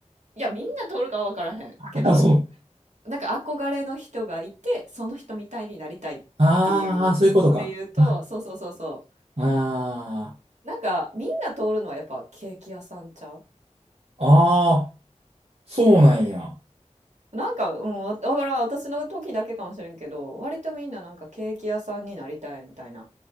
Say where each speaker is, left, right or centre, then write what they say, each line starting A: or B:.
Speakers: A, on the right (about 70°); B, on the right (about 55°).
A: いや、みんな通るかは分からへんけど、
B: <laughs> あ、そう。
A: なんか憧れの人がいて、その人みたいになりたいっていうので言うと、
B: ああ、そういうことか。あ
A: そうそうそうそ
B: あ、あ
A: う。なんか、みんな通るのはやっぱケーキ屋さんちゃう
B: ーあー、そうなんや。
A: なんか、うん、わわからん、私の時だけかもしれんけど、割とみんななんかケーキ屋さんになりたいみたいな